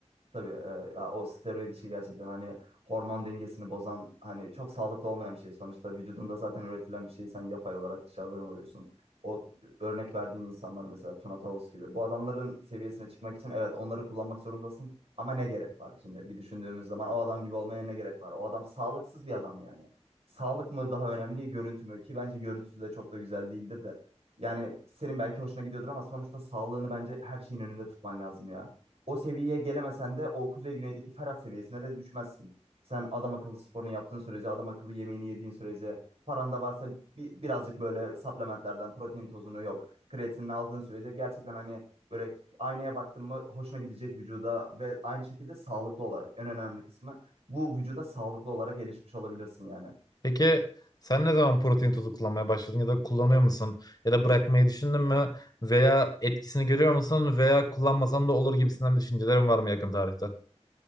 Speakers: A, on the right; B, on the left.
A: Tabii e, ya o steroid işi gerçekten hani hormon dengesini bozan hani çok sağlıklı olmayan bir şey. Sonuçta vücudunda zaten üretilen bir şeyi sen yapay olarak dışarıdan alıyorsun. O örnek verdiğin insanlar mesela Tuna Tavus gibi. Bu adamların seviyesine çıkmak için evet onları kullanmak zorundasın ama ne gerek var? Şimdi bir düşündüğümüz zaman o adam gibi olmaya ne gerek var? O adam sağlıksız bir adam yani. Sağlık mı daha önemli, görüntü mü? Ki bence görüntüsü de çok da güzel değildir de. Yani senin belki hoşuna gidiyordur ama sonuçta sağlığını bence her şeyin önünde tutman lazım ya. O seviyeye gelemesen de o Kuzey Güney'deki Ferhat seviyesine de düşmezsin. Sen adam akıllı sporunu yaptığın sürece, adam akıllı yemeğini yediğin sürece, paran da varsa bir, birazcık böyle supplementlerden protein tozunu yok, kreatinini aldığın sürece gerçekten hani böyle aynaya baktın mı hoşuna gidecek vücuda ve aynı şekilde sağlıklı olarak en önemli kısmı bu vücuda sağlıklı olarak erişmiş olabilirsin yani.
B: Peki sen ne zaman protein tozu kullanmaya başladın ya da kullanıyor musun? Ya da bırakmayı düşündün mü? Veya etkisini görüyor musun? Veya kullanmasan da olur gibisinden bir düşüncelerin var mı yakın tarihte?